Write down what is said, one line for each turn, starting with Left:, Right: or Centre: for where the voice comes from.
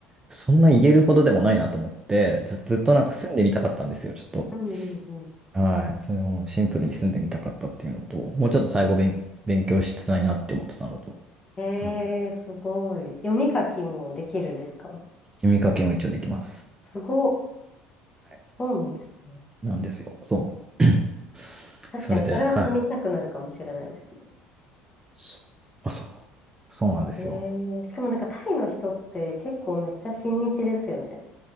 Right: そんな言えるほどでもないなと思って、ず、ずっとなんか住んでみたかったんですよ、ちょっと。
Left: うんうんうん
Right: はい。それをもうシンプルに住んでみたかったっていうのと、もうちょっとタイ語勉、勉強したいなって思ってたのと、
Left: えーすごい。
Right: はい
Left: 読み書きもできるんですか
Right: 読み書きも一応できます。
Left: すごっ。
Right: はい。
Left: そうなんですね。
Right: なんですよ。そう。<clears throat>
Left: 確かにそれは住みたくなるかもしれないですね。
Right: それで、はい。そあ、そう。そうなんですよ。
Left: えーしかもなんかタイの人って結構めっちゃ親日ですよね。